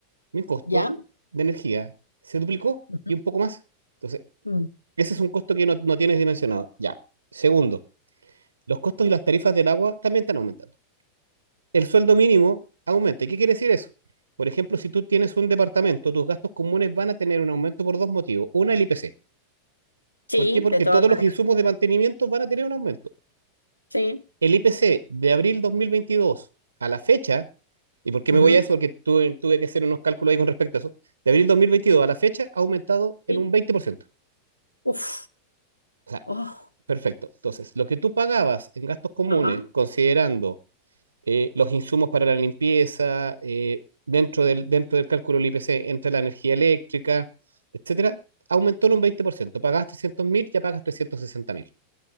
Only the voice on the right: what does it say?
mi costo
de energía se duplicó
y un poco más. Entonces,
ese es un costo que no, no tienes dimensionado. Ya. Segundo, los costos y las tarifas del agua también están aumentando. El sueldo mínimo aumenta. ¿Y qué quiere decir eso? Por ejemplo, si tú tienes un departamento, tus gastos comunes van a tener un aumento por dos motivos. Una, el IPC.
¿Por qué? Porque
todos los
insumos de mantenimiento van a tener un aumento.
El IPC de abril 2022 a la fecha ¿Y por qué
me voy a eso? Porque tuve, tuve que hacer unos cálculos ahí con respecto a eso. De abril 2022 a la fecha ha aumentado
en un 20%.
O sea,
perfecto. Entonces, lo que tú pagabas en gastos comunes,
considerando eh, los insumos para la limpieza, eh, dentro, del, dentro del cálculo del IPC, entre la energía eléctrica, etcétera,
aumentó en un 20%. Pagabas 300 mil, ya pagas 360 mil.